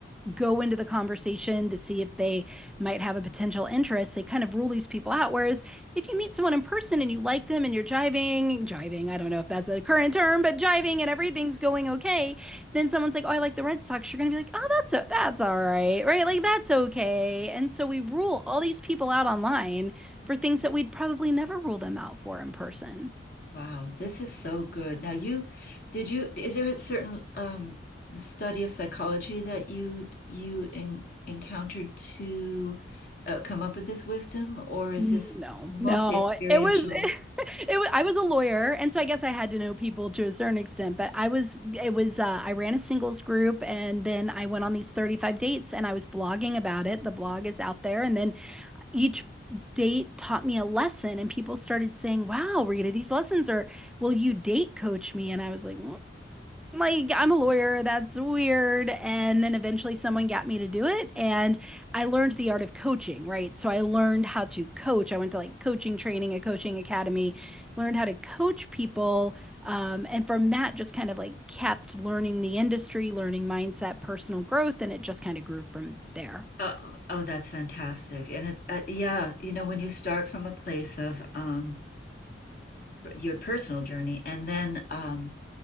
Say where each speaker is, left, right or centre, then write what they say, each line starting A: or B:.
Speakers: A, in the centre; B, on the left.
A: go into the conversation to see if they might have a potential interest. They kind of rule these people out. Whereas if you meet someone in person and you like them and you're jiving, jiving, I don't know if that's a current term, but jiving and everything's going okay, then someone's like, oh, I like the Red Sox. You're going to be like, oh, that's, that's all right, right? Like, that's okay. And so we rule all these people out online for things that we'd probably never rule them out for in person.
B: Wow, this is so good. Now you did you is there a certain um study of psychology that you you en encountered to uh, come up with this wisdom or is
A: Mm,
B: this
A: No,
B: mostly
A: no.
B: experiential?
A: It was <laughs> it was, I was a lawyer, and so I guess I had to know people to a certain extent, but I was it was uh, I ran a singles group and then I went on these 35 dates and I was blogging about it. The blog is out there and then each date taught me a lesson and people started saying, "Wow, Rita, these lessons are will you date coach me?" And I was like, "Mm, like, I'm a lawyer, that's weird. And then eventually someone got me to do it. And I learned the art of coaching, right? So I learned how to coach. I went to like coaching training, a coaching academy, learned how to coach people. Um, and from that, just kind of like kept learning the industry, learning mindset, personal growth. And it just kind of grew from there.
B: Uh, oh, oh, that's fantastic. And it uh, yeah, you know when you start from a place of um p- your personal journey and then um